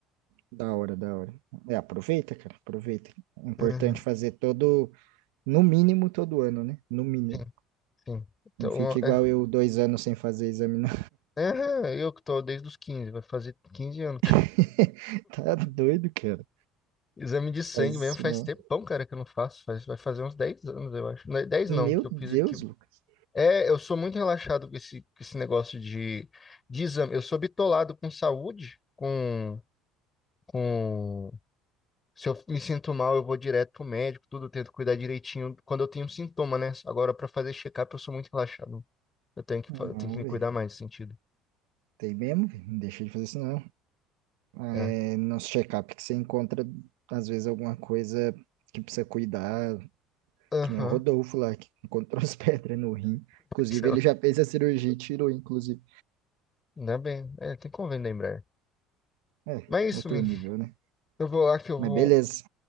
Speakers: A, on the right (about 75°); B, on the left (about 30°).
A: Da hora, da hora. É, aproveita, cara. Aproveita. É importante
B: Uhum,
A: fazer todo, no mínimo, todo ano, né? No mínimo.
B: sim, sim. Então,
A: Não fica igual
B: é...
A: eu, dois anos sem fazer exame, não.
B: é, aham, eu que tô desde os 15, vai fazer 15 anos.
A: <laughs> Tá doido, cara.
B: Exame de sangue
A: Faz isso,
B: mesmo faz
A: não.
B: tempão, cara, que eu não faço. Faz... Vai fazer uns 10 anos, eu acho. Não, 10
A: Meu
B: não, que eu
A: Deus,
B: fiz aqui.
A: Lucas.
B: É, eu sou muito relaxado com esse, com esse negócio de, de exame. Eu sou bitolado com saúde, com, com... Se eu me sinto mal, eu vou direto pro médico, tudo, eu tento cuidar direitinho quando eu tenho sintoma, né? Agora, pra fazer check-up, eu sou muito relaxado. Eu tenho que,
A: Não,
B: fa- eu tenho que me
A: velho.
B: cuidar mais nesse sentido.
A: Tem mesmo, velho. Não deixa de fazer isso, não.
B: É.
A: É, nos check-up que você encontra, às vezes, alguma coisa que precisa cuidar,
B: Aham.
A: Que nem o Rodolfo lá, que encontrou <laughs> as pedras no rim. Inclusive,
B: Sei
A: ele
B: lá.
A: já fez a cirurgia e tirou, inclusive.
B: Ainda bem. É, tem convênio da Embraer.
A: É, é,
B: Mas é isso,
A: outro
B: mim.
A: nível, né?
B: Eu vou lá que eu
A: Mas
B: vou
A: beleza.